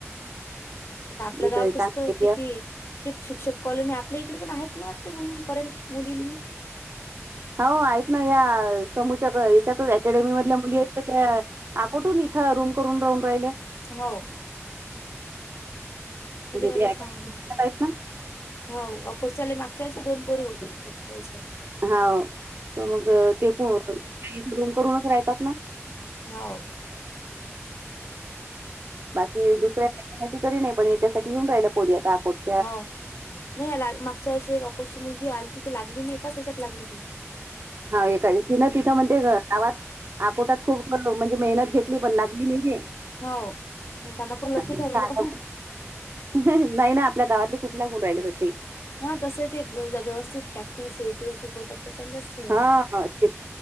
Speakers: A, on the left (about 60°); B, on the right (about 50°).
A: आता आपल्या
B: इकडे
A: गावातस
B: चांगला एरिया
A: किती ते शिक्षक कॉलनी आपल्या इकडे पण आहेत ना ते रूम करायला मुलींनी
B: हो आहेत ना या समूच्या याच्यातच अकॅडमी मधल्या मुली आहेत ना त्या. आ कोठून इथं रूम करून राहून राहिले.
A: हो म्हणजे मला
B: ते अकॅडमीच्याच
A: सांग
B: आहेत ना
A: हो ऑफोस्ले मागच्या वर्षी दोन पोरे होते
B: हावू तर मग ते प रूम करूनच राहतात ना
A: हो.
B: बाकी दुसर्या कशासाठी नाही पण याच्यासाठी येऊन राहिलं पोरी आता आकोत
A: हो नाही मागच्या वर्षी एक अकोटची मुलगी आलीती ती लागली नाही कश्यात लागली ती?
B: हा एकान तिनं तिथं म्हणतेे गावात आकोटात खूप म्हणजे मेहनत घेतली पण लागली नि रे.
A: हो. मग त्यांना पण लकी
B: आणि
A: ठरलं.
B: इथं आल्या- नाही ना आपल्या गावातले खूप लागुण राहिलेत तसे.
A: ह तसं ते व्यवस्थित प्रॅक्टिस हे ते शिकवतात त्याच्या जास्त
B: हा शी